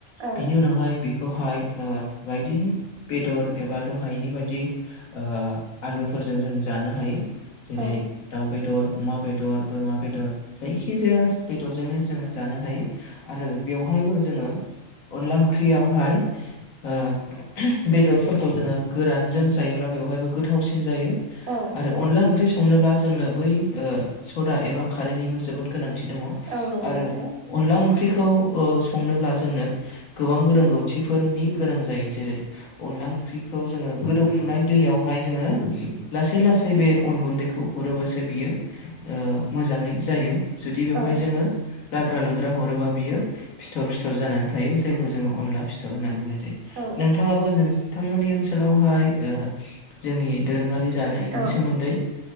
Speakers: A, on the right; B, on the left.
A: औ
B: बिनि उनावहाय बेखौहाय ओ बायदि बेदर एबा दहायनि बायदि ओ आलुफोरजों जों जानो हायो जेरै
A: औ
B: दाउ बेदर अमा बेदर बोरमा बेदर जायखिजाया बेदरजोंनो जोङो जानो हायो। आरो बेवहायबो जोङो अनला ओंख्रियावहाय ओ बेदरफोरखौ जोङो गोरानजों जायोब्ला बेवहायबो गोथावसिन जायो।
A: औ
B: आरो अनला ओंख्रि संनोब्ला जोंनो बै ओ सदा एबा खारैनिबो जोबोद गोनांथि दङ।
A: औ नंगौ
B: आरो
A: नोंथां
B: अनला ओंख्रिखौ ओ संनोब्ला जोंनो गोबां रोंगौथिफोरनि गोनां जायो जेरै अनला ओंख्रिखौ जोङो गोदौफुनाय दैयावहाय जोङो लासै लासै बे अन गुन्दैखौ हरोबासो बियो ओ मोजाङै जायो जुदि बेवहाय
A: औ
B: जोङो लाद्रा लुद्रा हरोबा बियो फिथर फिथर जानानै थायो जायखौ जोङो अनला फिथर होननानै बुंनाय
A: औ
B: नोंथाङाबो नोंथांमोननि ओनसोलावहाय ओ जोंनि दोरोङारि जानायनि
A: औ औ
B: सोमोन्दै